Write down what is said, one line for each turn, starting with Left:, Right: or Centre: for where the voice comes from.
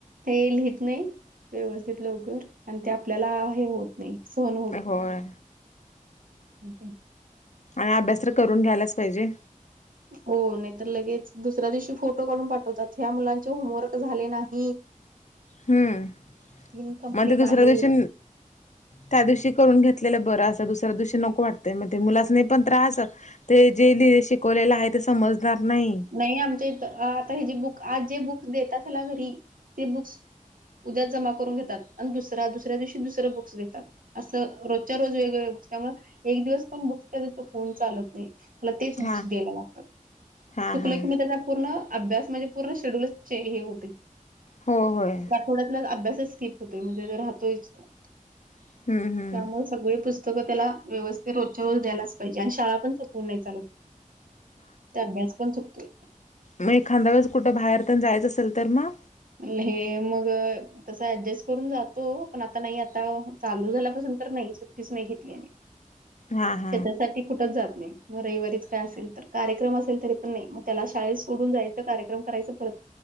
Right: हे लिहित नाही, व्यवस्थित लवकर आणि ते आपल्याला हे होत नाही सहन होत
Left: अं होय.
Right: होे ते.
Left: आणि आभ्यास तर करून घ्यायलाच पाहिजे.
Right: हो. नाही तर लगेच दुसऱ्या दिवशी फोटो काढून पाठवतात, ह्या मुलांचे होमवर्क झाले नाही.
Left: हम्म,
Right: इनकम्प्लीट
Left: मग ते दुसऱ्या
Right: आहे
Left: दिवशी त्या दिवशी करून घेतलेलं बरं असं, दुसऱ्या दिवशी नको वाटतंय मग ते मुलासनी पण त्रास ते जे लिहिले शिकवलेलं आहे, ते समजणार नाही.
Right: नाही आमच्या इथं आता हे जे बुक आज जे बुक देतात ह्याला घरी ते बुक्स उद्या जमा करून घेतात आणि दुसरा दुसऱ्या दिवशी दुसरं बुक्स देतात. असं रोजच्या रोज वेगळं त्यामुळं एक दिवस पण बुक्स त्याच थकवून चालत नाही, त्याला तेच
Left: हा
Right: बुक्स द्यायला लागतात.
Left: हा
Right: चुकलं
Left: हा
Right: की मग त्याचा पूर्ण अभ्यास म्हणजे पूर्ण शेड्यूलच चे हे होतेय‌.
Left: हो होय.
Right: थोड्यातन अभ्यासच स्किप होतोय म्हणजे राहतोयच तो,
Left: हम्म हम्म
Right: त्यामुळे सगळे पुस्त सगळं त्याला व्यवस्थित रोजच्या रोज द्यायलाच पाहिजे आणि शाळा पण चुकवून नाही चालत. त्याभ्यास पण चुकतोय.
Left: नाही खाल्ल्यावरच कुठं बाहेरपण जायचं असेल तर मग?
Right: लेहे मग. तस ऍडजस्ट करून जातो. पण आता नाही. आता चालू झाल्यापासून तर नाही, सुट्टीच नाही घेतली आम्ही.
Left: हा. हा
Right: त्यासाठी कुठच जात नाही. व रविवारीच काय असेल तर. कार्यक्रम असेल तरी पण नाही. मग त्याला शाळेत सोडून जायचं, कार्यक्रम करायचं परत.